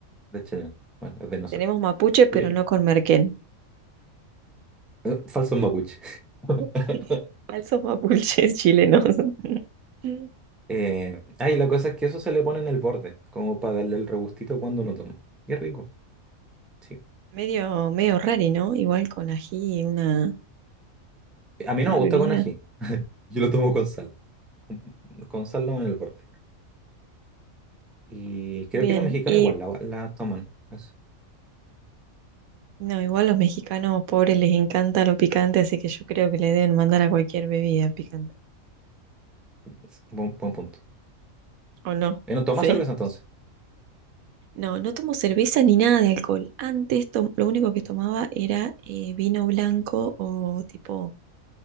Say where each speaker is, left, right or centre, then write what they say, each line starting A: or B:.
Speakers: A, in the centre; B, on the right.
A: De hecho, bueno, es de nosotros.
B: Tenemos mapuche,
A: Y-
B: pero no con merquén.
A: eh, falsos mapuche. <laughs>
B: <laughs> Falsos mapuches chilenos. Mm.
A: Eh, ah, y la cosa es que eso se le pone en el borde, como para darle el regustito cuando lo tomo. Y es rico, sí.
B: Medio, medio raro ¿no? Igual con ají, una,
A: A mí no
B: una
A: me gusta
B: bebida.
A: con ají. Yo lo tomo con sal. Con, con sal no en el borde. Y creo
B: Bien,
A: que los mexicanos
B: y
A: igual la, la toman. Es,
B: No, igual los mexicanos pobres les encanta lo picante, así que yo creo que le deben mandar a cualquier bebida picante.
A: es buen, buen punto.
B: ¿O no?
A: Eh, no tomas
B: Sí.
A: cerveza entonces.
B: No, no tomo cerveza ni nada de alcohol. Antes tom- lo único que tomaba era eh, vino blanco o tipo,